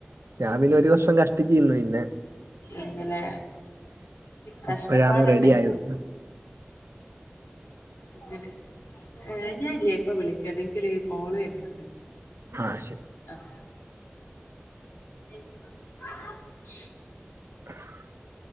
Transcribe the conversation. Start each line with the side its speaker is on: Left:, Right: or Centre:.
Right: ഞാൻ പിന്നെ ഒരു വർഷം കഷ് ട്ടിച്ച് ഇന്നൊയിന്നെ
Left: എങ്ങലെ കഷ്ടപ്പാടന്നെ
Right: ഇപ്പോഴാണ് റെഡി ആയത്
Left: അങ്ങനെ ഏഹ് ഞാല്ല്യേ ഇപ്പൊ വിളിക്കടെഇൻക്കൊരു കോള് വരുന്നുണ്ട്
Right: ആ
Left: ആഹ് <inaudible>
Right: <unintelligible>